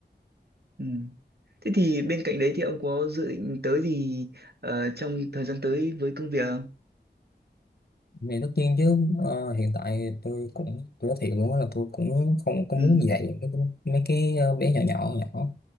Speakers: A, on the right; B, on the left.
A: ừ. Thế thì bên cạnh đấy thì ông có dự định tới gì ờ, trong thời gian tới với công việc không?
B: thì tất nhiên chứ ờ, hiện tại tôi cũng tôi nói thiệt luôn á là tôi cũng không có
A: Ừ,
B: muốn dạy mấy cái mấy cái, ờ, bé nhỏ nhỏ nhỏ